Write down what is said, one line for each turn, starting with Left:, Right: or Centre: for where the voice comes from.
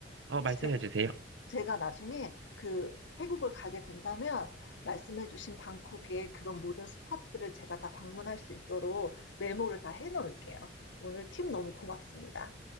Right: 어,
Left: 이제
Right: 말씀해
Left: 제가,
Right: 주세요.
Left: 제가 나중에 그 태국을 가게 된다면 말씀해주신 방콕의 그런 모든 스팟들을 제가 다 방문할 수 있도록 메모를 다 해놓을게요. 오늘 팁 너무 고맙습니다.